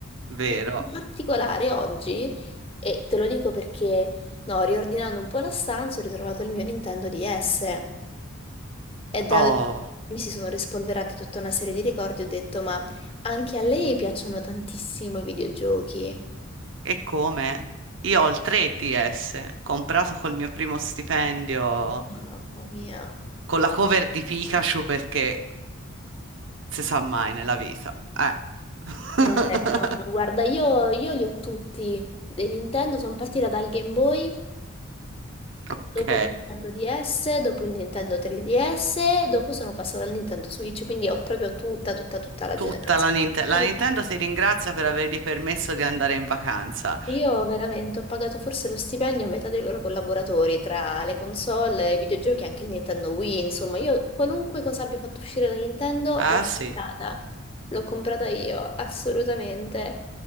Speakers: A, on the right; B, on the left.
A: Vero.
B: In particolare oggi, e te lo dico perché, no, riordinando un po' la stanza, ho ritrovato il mio Nintendo DS. E dal...
A: Oh,
B: mi si sono rispolverati tutta una serie di ricordi. Ho detto, ma anche a lei piacciono tantissimo i videogiochi.
A: e come? Io ho il 3DS, comprato col mio primo stipendio,
B: Mamma mia.
A: con la cover di Pikachu perché si sa mai nella vita. Eh. <laughs>
B: Eh, no, no, guarda, io, io li ho tutti. Dei Nintendo sono partita dal Game Boy.
A: Ok.
B: Dopo il Nintendo DS, dopo il Nintendo 3DS, dopo sono passata al Nintendo Switch, quindi ho proprio tutta, tutta, tutta la
A: Tutta
B: generazione.
A: la Nintendo.
B: Tutta.
A: La Nintendo ti ringrazia per avergli permesso di andare in vacanza.
B: Io veramente ho pagato forse lo stipendio a metà dei loro collaboratori, tra le console, i videogiochi e anche il Nintendo Wii, insomma, io qualunque cosa abbia fatto uscire la Nintendo
A: Ah,
B: l'ho
A: sì.
B: comprata, l'ho comprata io, assolutamente.